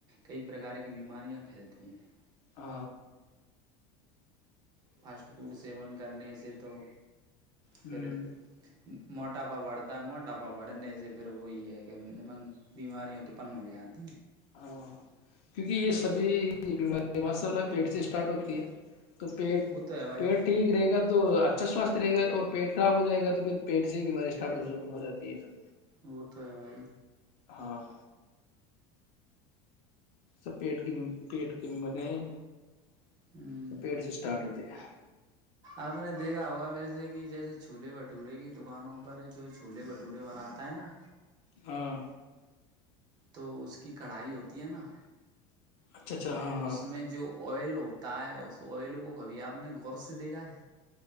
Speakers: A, on the right (about 30°); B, on the left (about 45°).
A: کئی پرار کی بیماریاں پھیلتی ہیں
B: ہ
A: فاسٹ فوڈ سیون کرنے سے تو
B: ہوں
A: پھر موٹ ڈاپا بڑھتا ہے موٹاپا بڑھنے سے پھر وہی ہے پھر نمنگ بیماریاں توپن ہو جاتی ہیں
B: ہاں کیونکہ یہ سبھی بیماری ماشاء اللہ پیٹ سے اسٹارٹ ہوتی ہے تو پیٹ
A: وہ تو ہے بھائی
B: پیٹ ٹھیک رہے گا تو اچھا سواستھ رہے گا اور پیٹ خراب ہو جائے گا تو پھر پیٹ سے بھی بیماری اسٹار ہو ہو جاتی ہے یہ سب
A: وہ تو ہے بھائی
B: ہاں سب پیٹ کی پیٹ کی بیمارے ہیں
A: سب
B: س پیڑ سے اسٹارٹ ہوتے ج <inaudible>
A: آپ نے دیکھا ہوگا ویسے کہ جیسے چھولے بھٹورے کی دکانوں پر ہے جو چھولے بھٹورے بناتا ہے نا
B: ہاں
A: تو اس کی کڑھائی ہوتی ہے نا
B: اچھا اچھا ہاں ہاں
A: اس میں جو آئل ہوتا ہے اس آئل کو کبھی آپ نے غور سے دےھا ہے